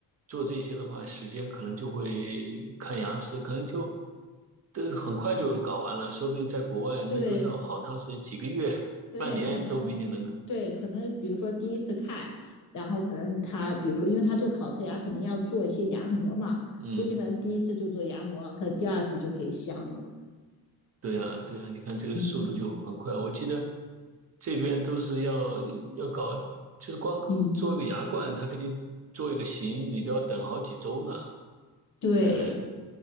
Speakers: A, on the right; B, on the left.
A: 做这些的话，时间可能就会看牙齿，可能就都很快就搞完了。说不定在国外那都是要好长时间，
B: 对
A: 几个月、<laughs>
B: 对，
A: 半年都不一定能。
B: 可能对可能，比如说第一次看，然后可能他比如说，因为他做烤瓷牙可能要做一些牙模嘛，
A: 嗯，
B: 估计可能第一次就做牙模，可能第二次就可以镶了，
A: 对啊，对啊，你看这个速度就很快。
B: 嗯
A: 我记得这边都是要要搞，就是光做一个牙冠，
B: 嗯，
A: 他给你做一个形，你都要等好几周呢。
B: 对
A: 才能。